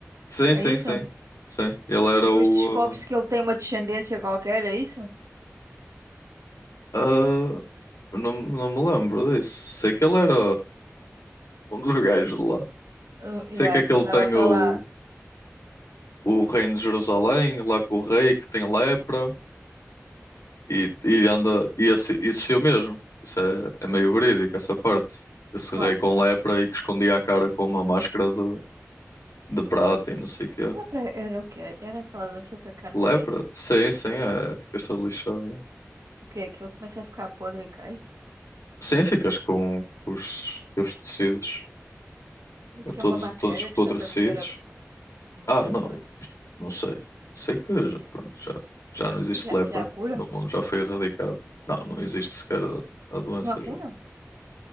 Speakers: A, on the left; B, on the right.
A: Sim,
B: é
A: sim,
B: isso?
A: sim. Sim, ele era
B: E depois
A: o.
B: descobre-se que ele tem uma descendência qualquer, é isso?
A: ah, ah, não, não me lembro disso. Sei que ele era um dos gajos de lá.
B: Ah, yeah,
A: Sei que aquele
B: que andava
A: tem
B: para
A: o,
B: lá.
A: o reino de Jerusalém, lá com o rei que tem lepra e, e anda. E esse, existiu mesmo. Isso é, é meio verídico, essa parte. Esse
B: Qual?
A: rei com lepra e que escondia a cara com uma máscara de, de prata e não sei o que é
B: Ah, pra- era o quê? Era aquela doença que a carne
A: Lepra?
B: caía?
A: Sim, sim, é. Fica-se lixado. é.
B: O quê? Aquilo começa a ficar podre e cai?
A: Sim, ficas com os teus tecidos
B: Mas que
A: todos,
B: é uma bactéria
A: todos apodrecidos.
B: que está a comer a, uma
A: Ah,
B: pena.
A: não, não sei. Sei que já, pronto, já, já não existe
B: Mas Já,
A: lepra
B: já há cura?
A: no mundo, já foi erradicado. Não, não existe sequer a, a doença
B: Não há cura?
A: já.